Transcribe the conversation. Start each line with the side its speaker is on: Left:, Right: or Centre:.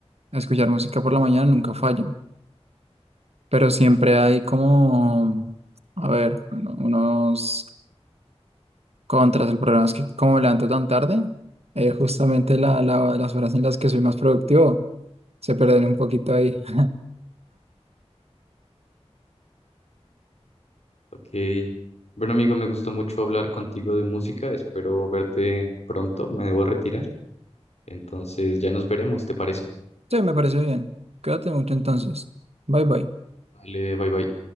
Right: escuchar música por la mañana nunca falla. Pero siempre hay como, a ver, uno- unos contras. El problema es que como me levanto tan tarde, eh, justamente la, la- las horas en las que soy más productivo se pierden un poquito ahí. <laughs>
Left: Sí. Ok. Bueno, amigo, me gustó mucho hablar contigo de música. Espero verte pronto. Me debo retirar. Entonces ya nos veremos, ¿te parece?
Right: Sí, me parece bien. Cuídate mucho entonces. Bye bye.
Left: Vale, bye bye.